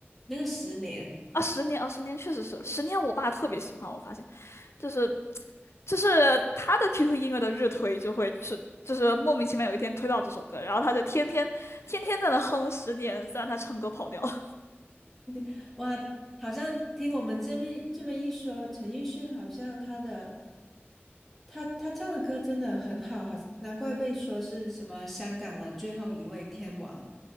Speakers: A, in the centre; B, on the left (about 85°).
A: 那个《十年》
B: 啊，十年啊，十年确实是十年，我爸特别喜欢。我发现就是就是他的 QQ 音乐的日推就会是就是莫名其妙有一天推到这首歌，然后他就天天天天在那哼十年，虽然他唱歌跑调了。
A: <laughs> 哇，好像听我们这么一这么一说，陈奕迅好像他的他他唱的歌真的很好，好难怪被说是什么香港的最后一位天王，